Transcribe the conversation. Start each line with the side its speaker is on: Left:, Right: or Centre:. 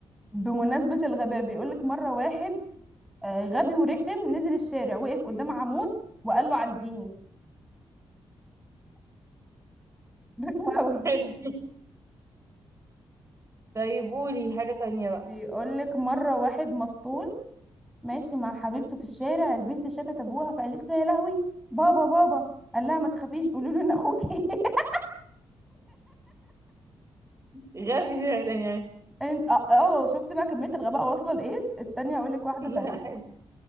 Centre: بمناسبة الغباء بيقولك مرة واحد آه، غبي ورخم نزل الشارع وقف قدام عمود وقال له عديني <laughs> ده غبي قوي
Right: حلو طيب قولي حاجة تانية بقى
Centre: بيقولك مرة واحد مسطول ماشي مع حبيبته في الشارع البنت شافت ابوها فقالت له يا لهوي بابا بابا قال لها ما تخافيش قولوا له ان اخوكي <laughs>
Right: غبي فعلا يعني
Centre: انت اه آه، شفت بقى كمية الغباء واصلة لايه استني هقول لك واحدة
Right: <laughs> لا
Centre: تانية
Right: حلو